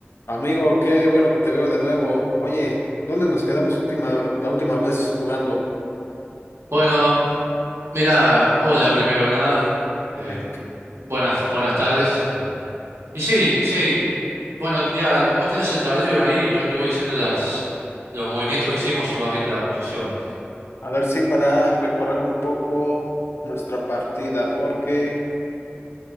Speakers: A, on the left; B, on the right.
A: Amigo, qué bueno que te veo de nuevo. Oye, ¿dónde nos quedamos última, la última vez jugando?
B: Bueno, mira, hola primero que nada. Eh,
A: <laughs>
B: buenas, buenas tardes. Eh, y sí, sí, bueno, mira, vos tenés el tablero ahí, yo te voy diciendo las, los movimientos que hicimos y vas viendo la posición.
A: A ver si para recorrer un poco nuestra partida, porque